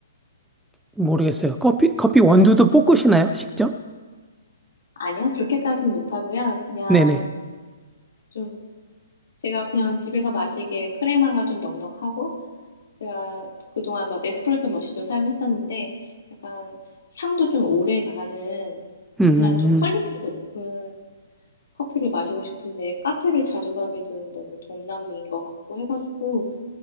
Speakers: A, in the centre; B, on the left.
A: 모르겠어요. 커피 커피 원두도 볶으시나요? 직접?
B: 아니요, 그렇게까지는 못하고요. 그냥
A: 네네.
B: 좀 제가 그냥 집에서 마시기에 크레마가 좀 넉넉하고 제가 그동안 막 네스프레소 머신도 사용했었는데 약간 향도 좀 오래 가는
A: 음. 음,
B: 그냥 좀 퀄리티
A: 음.
B: 높은 커피를 마시고 싶은데 카페를 자주 가기는 너무 돈낭비인 것 같고 해가지고